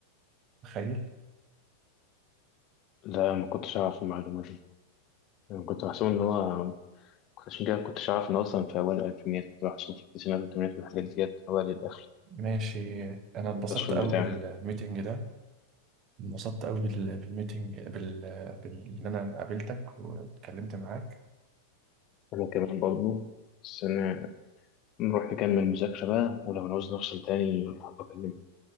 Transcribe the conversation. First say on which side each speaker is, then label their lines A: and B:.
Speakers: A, on the right; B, on the left.
A: تخيل
B: لا ما كنتش أعرف المعلومة دي أنا كنت بحسب إن هو كنت- عشان كده كنتش أعرف إن أصلا في أوائل الألفينيات كنت بحسب في التسعينات والثمانينات والحاجات ديت أوائل الآخر
A: ماشي انا اتبسطت
B: التصوير
A: قوي
B: بتاعه
A: بالميتنج ده انبسطت قوي بال- بالميتنج بال بال- ان انا قابلتك واتكلمت معاك
B: أنا كمان برضه بس أنا نروح نكمل مذاكرة بقى ولو نعوز نفصل تاني حابة أكلمك